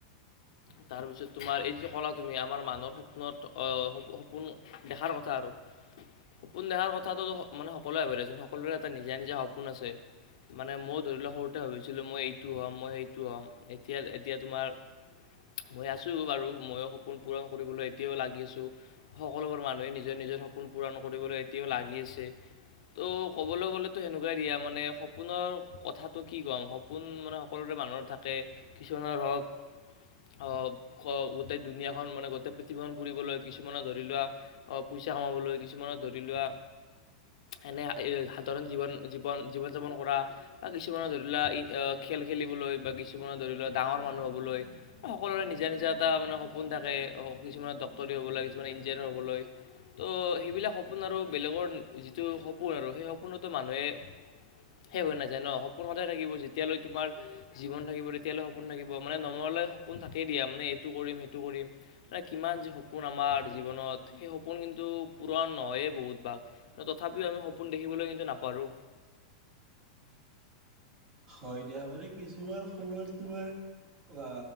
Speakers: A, on the right (about 35°); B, on the left (about 70°).
A: <unintelligible>
B: তাৰপিছত তোমাৰ এই যে কলা তুমি আমাৰ মানুহৰ সপোনত সপোন দেখাৰ কথা আৰু। সপোন দেখাৰ কথাটো মানে সকলোৱে ভাৱেচোন সকলোৰে এটা নিজা নিজা সপোন আছে। মানে মই ধৰি লওক সৰুতে ভাবিছিলোঁ মই এইটো হ'ম মই সেইটো হ'ম এতিয়া এতিয়া তোমাৰ। মই আছো বাৰু মইও সপোন পূৰণ কৰিবলৈ এতিয়াও লাগি আছোঁ। সকলোবোৰ মানুহে নিজৰ নিজৰ সপোন পূৰণ কৰিবলৈ এতিয়াও লাগি আছে। ত' ক'বলৈ গ'লেতো সেনেকুৱাই দিয়া মানে সপোনৰ কথাটো কি ক'ম সপোন মানে সকলোৰে মানুহৰ থাকে কিছুমানৰ ধৰক। হ ক গোটেই দুুনীয়াখন মানে গোটেই পৃথিৱীখন ফুৰিবলৈ কিছুমানে ধৰি লোৱা। অ', পইচা কমাবলৈ কিছুমানৰ ধৰি লোৱা। এনে সাধাৰণ জীৱন, জীৱন, জীৱন যাপন কৰা। বা কিছুমানৰ ধৰি লোৱা খেল খেলিবলৈ বা কিছুমানৰ ধৰি লোৱা ডাঙৰ মানুহ হ'বলৈ সকলোৰে নিজা, নিজা এটা মানে সপোন থাকে, কিছুমানৰ ডাক্তৰী, হবলৈ কিছুমান ইঞ্জিনিয়াৰ হবলৈ। ত' সেইবিলাক সপোন আৰু বেলেগৰ যিটো সপোন আৰু সেই সপোনতো মানুহে শেষ হৈ নাযায় ন সপোন সদায় থাকিব যেতিয়ালৈ তোমাৰ জীৱন থাকিব তেতিয়ালৈ সপোন থাকিব মানে নমৰলৈ সপোন থাকেই দিয়া মানে এইটো কৰিম, সেইটো কৰিম। কিমান যে সপোন আমাৰ জীৱনত সেই সপোন কিন্তু পূৰণ নহয়েই বহুত ভাগ তথাপিও আমি সপোন দেখিবলৈ কিন্তু নাপাহৰো।
A: হয় দিয়া মানে কিছুমান সময়ত তোমাৰ অ,